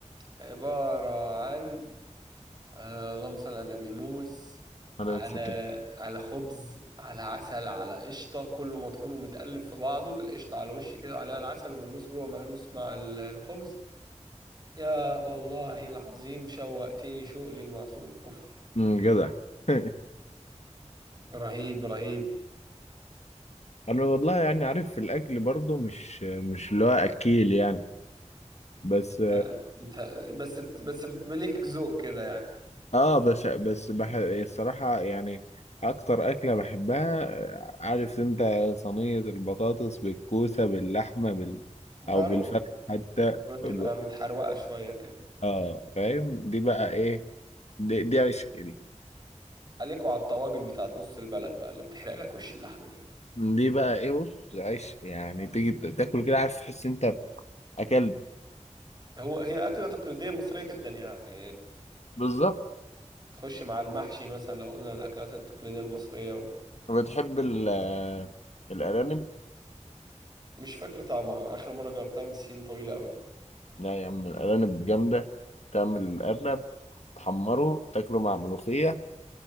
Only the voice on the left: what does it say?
على
الفطر
امم جدع <laughs>
انا والله يعني عارف في الاكل برضه مش مش اللي هو اكيل يعني بس
اه بس بس بح... الصراحة يعني أكتر أكلة بحبها عارف أنت صينية البطاطس بالكوسة باللحمة بال...
أو بالفرخ حتى
ب...
اه فاهم دي بقى إيه دي, دي عيش دي
دي بقى إيه بص عيش يعني تيجي ت- تاكل كده عارف تحس أنت أكلت
بالظبط
بتحب ال... آه، الأرانب
لا يا عم الأرانب جامدة تعمل الأرنب تحمره تاكله مع ملوخية